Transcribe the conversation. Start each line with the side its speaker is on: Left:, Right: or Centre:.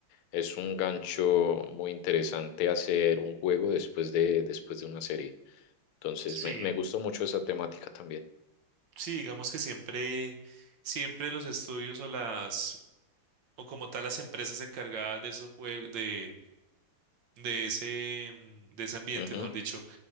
Left: es un gancho muy interesante hacer un juego después de, después de una serie. Entonces,
Right: sí.
Left: me, me gustó mucho esa temática también.
Right: Sí, digamos que siempre, siempre los estudios o las, o como tal las empresas encargadas de esos juegos, de, de ese, mm, de ese ambiente,
Left: Ujú,
Right: mejor dicho,